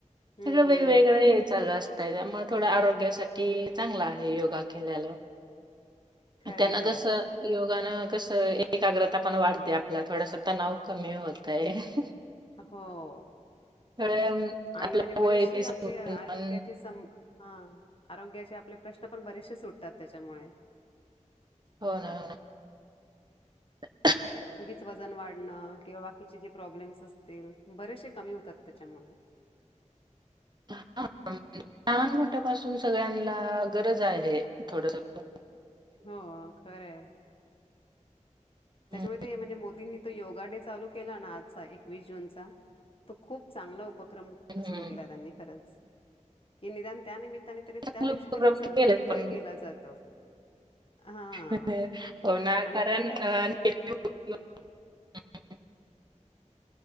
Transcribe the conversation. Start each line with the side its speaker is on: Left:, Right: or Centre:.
Left: हम्म
Right: सगळंच वेगवेगळं हे चालूं असतंय त्यामुळें. - थोडां आरोग्यांसांठी चांगला आहे. योगां केल्याल. -
Left: खरंय
Right: त्यांना
Left: खरंय
Right: कसं योग. - दका कसं एकाग्रता पणं वाढते आपल्यां थोडंसं तणाव कमी होतेय. -
Left: होव्.
Right: थोडं
Left: - आणि
Right: आपलं
Left: म्हणजे बरीेचसे
Right: वय ते
Left: आपले आरोग्याची
Right: पण
Left: सम - हा आरोग्याचे आपले प्रश्न पणं बरेचसे सुटतांत. त्यांच्यामुळे. -
Right: होनां नांआं. -
Left: उगीच वजन वाढ नं किंवा बाकीचे जे प्रॉब्लेम्स असतील बरेशे कमी होतात त्याच्यामुळे. <inaudible>
Right: ह लहान मोठ्यापासून सगळ्यांनला गरज आहे थोडंसं
Left: हां खरं आहे. त्याच्यामुळे
Right: हम्म
Left: ते म्हणजे मो दींनी तो योगा डे चालू केला ना आजचा एकवीस जूनचा तो खूप चांगला उपक्रम
Right: हम्म.
Left: सुरू केला त्यांनी खरंच. कि निदान त्यानिमित्ताने तरी त्या
Right: चांगलं
Left: दिवशी तरी सगळीकडे
Right: केलं पण
Left: केला जातो. हा
Right: हो ना
Left: आणि
Right: कारण
Left: आता
Right: अ
Left: क
Right: <unintelligible>